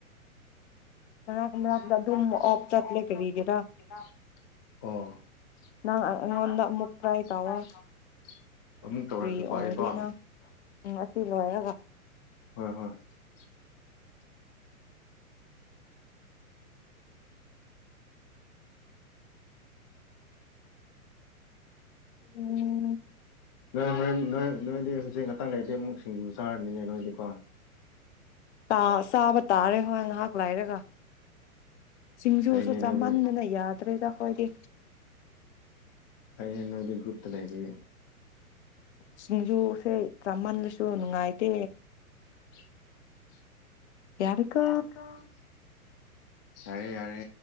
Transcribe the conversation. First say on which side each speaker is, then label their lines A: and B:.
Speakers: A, on the left; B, on the left.
A: <inaudible>
B: ꯃꯔꯛ ꯃꯔꯛꯇ ꯑꯗꯨꯝ ꯑꯣꯐ ꯆꯠꯂꯦ ꯀꯔꯤꯒꯤꯔꯥ ꯅꯪ ꯑꯩꯉꯣꯟꯗ ꯑꯃꯨꯛ ꯇ꯭ꯔꯥꯏ ꯇꯧꯋꯣ
A: ꯑꯃꯨꯛ ꯇꯧꯔꯛꯀꯦꯀꯣ
B: ꯐ꯭ꯔꯤ ꯑꯣꯏꯔꯗꯅ
A: ꯑꯩꯀꯣ
B: ꯎꯝ ꯑꯁꯤ ꯂꯣꯏꯔꯒ
A: ꯍꯣꯏ <inaudible>
B: ꯎꯝ
A: ꯅꯣꯏ ꯍꯣꯔꯦꯟ ꯅꯣꯏ ꯅꯣꯏꯗꯤ ꯍꯧꯖꯤꯛ ꯉꯥꯛꯇꯥꯡ ꯂꯩꯔꯗꯤ ꯑꯃꯨꯛ ꯁꯤꯡꯖꯨ ꯆꯥꯔꯅꯤꯅꯦ ꯅꯣꯏꯗꯤꯀꯣ
B: ꯇꯥ ꯁꯥꯥꯕ ꯇꯔꯦꯣ ꯉꯍ ꯍꯥ ꯀꯂꯥꯏꯔꯦꯒ ꯁꯤꯡꯖꯨꯁꯨ
A: ꯐꯩꯅꯦ
B: ꯆꯥꯃꯟꯗꯅ
A: ꯅꯣꯏꯗꯤ
B: ꯌꯥꯗ꯭ꯔꯦꯗ ꯑꯩꯈꯣꯏꯗꯤ
A: ꯍꯩ ꯍꯩꯅ ꯍꯧꯗꯤ ꯒꯇ ꯂꯩꯕꯦ
B: ꯁꯤꯡꯖꯨꯁꯦ ꯆꯥꯃꯟꯗꯁꯨ ꯅꯨꯡꯉꯥꯏꯇꯦ
A: <inaudible>
B: ꯌꯥꯔꯦꯀꯣ
A: ꯌꯥꯔꯀꯣ ꯌꯥꯔꯦ ꯌꯥꯔꯦ